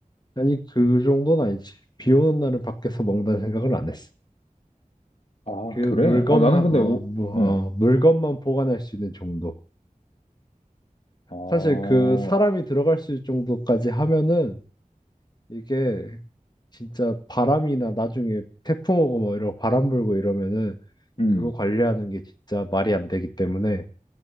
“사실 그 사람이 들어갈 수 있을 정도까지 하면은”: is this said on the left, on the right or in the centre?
Left